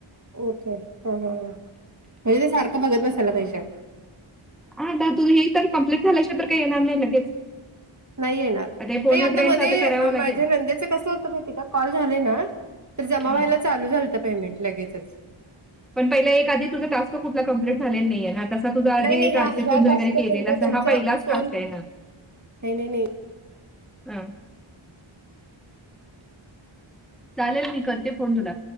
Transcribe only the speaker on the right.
ओके हा हा म्हणजे ते सारखं बघत बसायला पाहिजे.
नाही येणार
नाही आता
मध्ये
माझ्या नंद्याचं कसं होतं माहिती का कॉल झाले ना. तर जमा
व्हायला चालू झालतं पेमेंट लगेचच.
नाही नाही
ह्या ह्या टास्कच
त्यांच
फोन
नाही नाही नाही